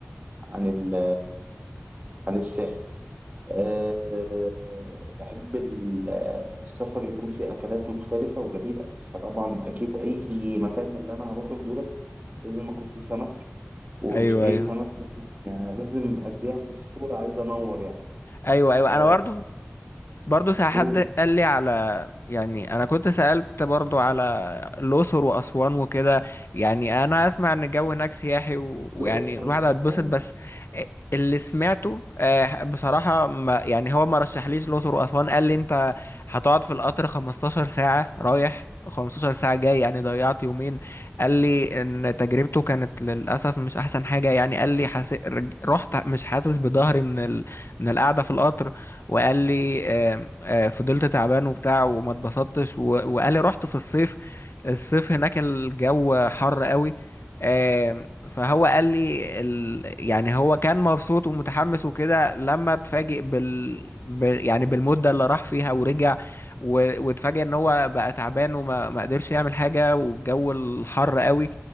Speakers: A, on the right; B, on the left.
A: عن ال عن الساحل آه، بحب ال- السفر يكون فيه أكلات مختلفة وجميلة فطبعا أكيد أي مكان من اللي أنا هروحه دولت لازم آكل فيه سمك ومش
B: ايوه
A: أي
B: ايوه
A: سمك يعني لازم أديها فوسفور عايز أنور يعني
B: ايوه ايوه
A: آه،
B: انا برضو برضه ساعة
A: دول
B: حد قال لي على يعني انا كنت سألت برضه على الأقصر وأسوان وكده يعني انا اسمع ان الجو هناك سياحي و- ويعني
A: الأقصر
B: الواحد
A: أسوان
B: هيتبسط بس اللي سمعته آه، بصراحة ما يعني هو ما رشحليش الأقصر وأسوان قال لي انت هتقعد في القطر 15 ساعة رايح 15 ساعة جاي يعني ضيعت يومين قال لي ان تجربته كانت للأسف مش احسن حاجة يعني قال لي حس... رج- رحت مش حاسس بظهري من ال... من القعدة في القطر وقال لي آم، آه، فضلت تعبان وبتاع وما اتبسطتش و- وقال لي رحت في الصيف الصيف هناك الجو حر قوي آم، فهو قال لي ال... يعني هو كان مبسوط ومتحمس وكده لما اتفاجئ بال... بال... يعني بالمدة اللي راح فيها ورجع و... واتفاجئ ان هو بقى تعبان وما ما قدرش يعمل حاجة والجو الحر قوي